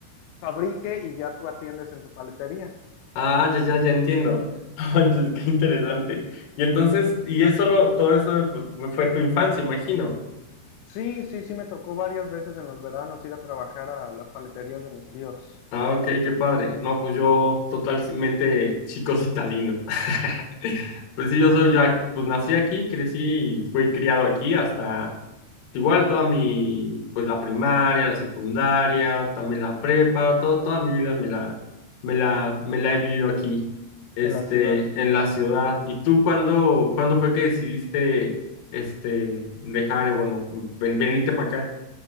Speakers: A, on the left; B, on the left.
A: fabrique y ya tú atiendes en tu paletería.
B: Ah, ya, ya, ya entiendo. <laughs> Oye, qué interesante. Y entonces, y eso lo, todo eso pues, fue fue tu infancia, imagino.
A: Sí, sí, sí, me tocó varias veces en los veranos ir a trabajar a las paleterías de mis tíos
B: Ah, ok, qué padre. No, pues yo totalmente chico citadino. <laughs> Pues sí, yo soy ya, pues nací aquí, crecí y fui criado aquí hasta Igual toda mi, pues la primaria, la secundaria, también la prepa, todo, toda mi vida me la, me la, me la he vivido aquí, este,
A: en la ciudad.
B: en la ciudad. ¿Y tú cuándo, cuándo fue que decidiste, este, dejar, eh, bueno, ven- venirte para acá?